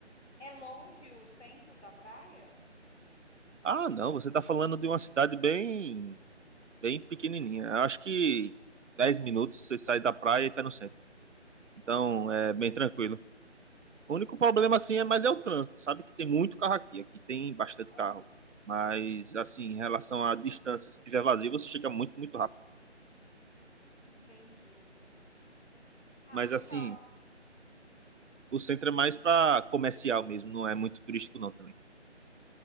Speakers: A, on the left; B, on the right.
A: É longe o centro da praia?
B: Ah, não, você está falando de uma cidade bem, bem pequenininha. Eu acho que 10 minutos você sai da praia e está no centro. Então
A: Ah,
B: é
A: é bem
B: bem
A: pertinho.
B: tranquilo. O único problema assim é, mas é o trânsito. Sabe que tem muito carro aqui, aqui tem bastante carro.
A: Aham.
B: Mas assim, em relação à distância, se tiver vazio, você chega muito, muito rápido.
A: Entendi. Ah,
B: Mas
A: legal.
B: assim, o centro é mais para comercial mesmo, não é muito turístico não também.